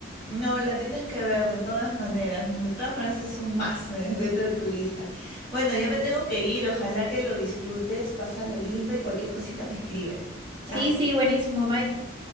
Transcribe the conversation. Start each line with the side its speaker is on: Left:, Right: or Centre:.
Left: No, la tienes que ver de todas maneras. De todas maneras es un más eh, <laughs> dentro de tu lista. Bueno, yo me tengo que ir. Ojalá que lo disfrutes. Pásalo lindo y cualquier cosita me escribes. Chao.
Right: Sí, sí, buenísimo, bye.